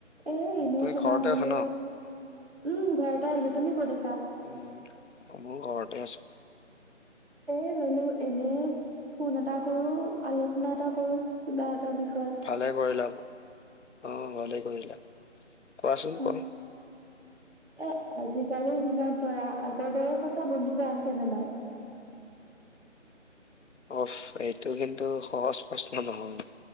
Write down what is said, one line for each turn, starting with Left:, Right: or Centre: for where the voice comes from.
Right: এ এনে
Left: তুমি
Right: তোমাক
Left: ঘৰতে
Right: বোলো
Left: আছা ন?
Right: উম, ঘৰ পৰাই আহিলো। তুমি ক'ত আছা?
Left: উম' মইয়ো ঘৰতে আছো।
Right: এ বোলো এনেই ফোন এটা কৰো, আলোচনা এটা কৰো, কিবা এটা বিষয়ত।
Left: ভালেই কৰিলা, অঁ ভালেই কৰিলা। কোৱাচোন
Right: উম।
Left: কোৱা
Right: এ আজিকালিৰ দিনত ধৰা আগৰ দৰে সচা বন্ধুত্ব আছে নে নাই?
Left: অ' এইটো কিন্তু সহজ প্ৰশ্ন নহয়।